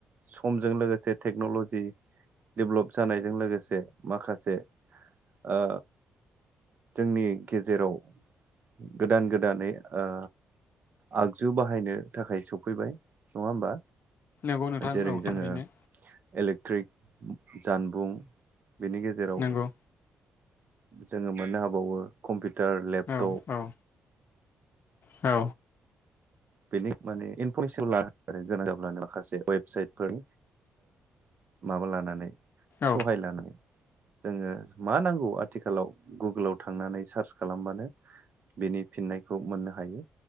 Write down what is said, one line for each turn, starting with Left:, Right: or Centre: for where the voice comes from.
Right: समजों लोगोसे टेक्न'ल'जि डेभेलप जानायजों लोगोसे माखासे ओ जोंनि गेजेराव गोदान गोदानै ओ आगजु बाहायनो थाखाय सफैबाय नङा होमबा?
Left: नंगौ नोंथां
Right: जेरै
Left: औ
Right: जोङो
Left: थारैनो
Right: इलेक्ट्रिक जानबुं बेनि गेजेराव
Left: नंगौ
Right: जोङो मोननो हाबावो कम्पिउटार लेपटप
Left: औ औ औ
Right: बेनि माने इनफरमेसन लानो आरो गोनां जाब्लानो माखासे वेबसाइटफोर माबा लानानै
Left: औ
Right: सहाय लानानै जोङो मा नांगौ आथिखालाव गुगोलाव थांनानै सार्च खालामबानो बेनि फिननायखौ मोननो हायो।